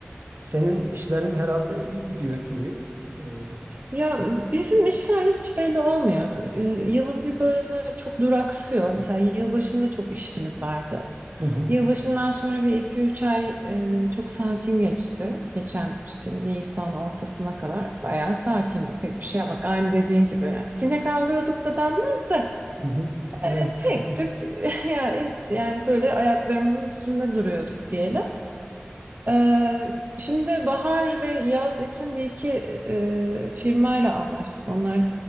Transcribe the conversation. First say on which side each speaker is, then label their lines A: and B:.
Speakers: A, on the right; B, on the right.
A: Senin işlerin herhalde iyi gidiyor gibi. E,
B: Ya bizim işler hiç belli olmuyor. Ee, Yılın bir bölümü çok duraksıyor. Mesela yılbaşında çok işimiz vardı.
A: Hı hı.
B: Yılbaşından sonra bir iki üç ay e, çok sakin geçti. Geçen işte Nisan ortasına kadar bayağı sakindik. Pek bir şey yapmadık. Aynı dediğin gibi yani sinek avlıyorduk da denmez de
A: Hı hı. Evet.
B: e, tek tük <laughs> yani, yani böyle ayaklarımızın üstünde duruyorduk diyelim. E, şimdi bahar ve yaz için bir iki e, firmayla anlaştık. Onlar